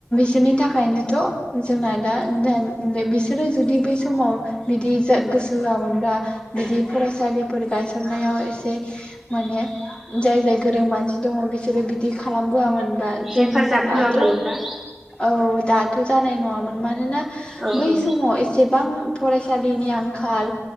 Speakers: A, on the left; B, in the centre.
A: बिसोरनि थाखायनोथ' जोंना दा दान बिसो सोरो जुदि बै समाव बिदि गोसो होआमोनबब्ला बिदि फरायसालि फोर गायसननायाव एसे माने जाय जाय गोरों मान दङ बिसोरो बिदि खालामबो आमोन जों
B: हेफाजाब
A: दाथ'
B: होआमोनब्ला
A: औ दाथ' जानाय नङा। मोन मारोना
B: औ
A: बै
B: औ
A: समाव एसेबां फरायसालिनि आंखाल